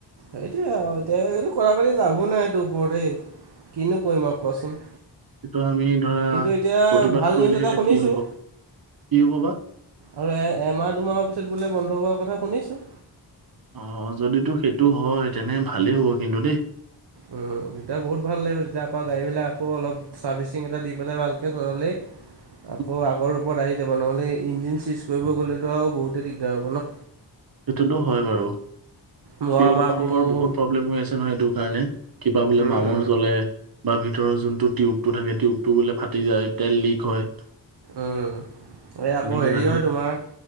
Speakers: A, on the right; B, on the right.
A: এইটোৱেই আও এতিয়া এইটো কৰা পানি লাভো নাই এইটো <unintelligible> দেই। কিনো কৰিম আৰু কোৱাচোন।
B: এইটো আমি ধৰা
A: কিন্তু এতিয়া
B: প্ৰতিবাদ
A: ভাল
B: কৰিলেহে
A: নিউজ এটা
B: এতিয়া
A: শুনিছোঁ
B: কি হ'ব, কি হ'ব বা
A: আৰু এ এমাহ, দুমাহৰ পিছত বোলে বন্ধ হোৱাৰ কথা শুনিছো।
B: অ যদিতো সেইটো হয় তেনে ভালেই হ'ব কিন্তু দেই।
A: উম, তেতিয়া বহুত ভাল লাগিব। তেতিয়া আকৌ গাড়ীবিলাক আকৌ অলপ চাৰ্ভিচিং এটা দি পেলাই ভালকে চলালেই
B: <inaudible>
A: আকৌ আগৰ ৰূপত আহি যাব। নহ'লে ইঞ্জিন চিজ কৰিব গ'লেতো আৰু বহুতেই দিগদাৰ হ'ব ন।
B: সেইটোতো হয় বাৰু।
A: মই
B: ফিউল
A: আমাৰ
B: পাম্পৰ
A: আকৌ মোৰ
B: বহুত প্ৰব্লেম হৈ আছে নহয় এইটো কাৰণে। কিবা বোলে
A: উম,
B: মামৰ
A: উম।
B: জ্বলে। বা ভিতৰৰ যোনটো টিউবটো থাকে টিউবটো বোলে ফাটি যায়, তেল লিক হয়।
A: উম এই
B: তেনেকে
A: আকৌ হেৰি
B: জানো।
A: হয় তোমাৰ